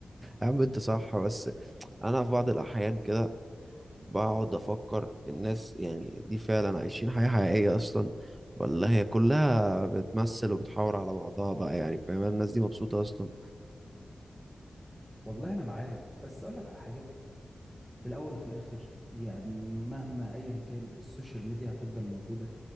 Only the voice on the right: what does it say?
يا عم أنت صح بس أنا في بعض الأحيان كده بقعد أفكر الناس يعني دي فعلا عايشين حياة حقيقية أصلا ولا هي كلها بتمثل وبتحاور على بعضها بقى يعني فاهم الناس دي مبسوطة أصلا